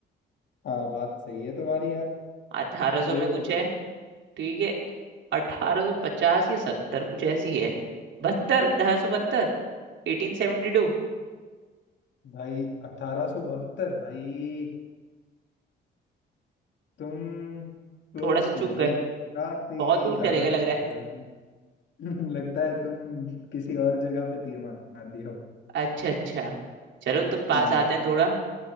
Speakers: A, on the left; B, on the right.
A: हाँ बात सही है तुम्हारी यार
B: 1800
A: क्लोज
B: में कुछ
A: हो
B: है ठीक है 1850 या 70 कुछ ऐसी है बहत्तर 1872 1872
A: भाई 1872 भाई तुम क्लोज
B: थोड़ा सा
A: तो
B: चूक
A: नहीं
B: गए
A: हो काफी
B: बहुत दूर
A: ज्यादा
B: चले गए
A: थक
B: लग रहा है
A: गए हो तुम <laughs> लगता है तुम किसी और जगह पे तीर मार दिए हो
B: अच्छा अच्छा चलो तो पास
A: हम्म
B: आते हैं थोड़ा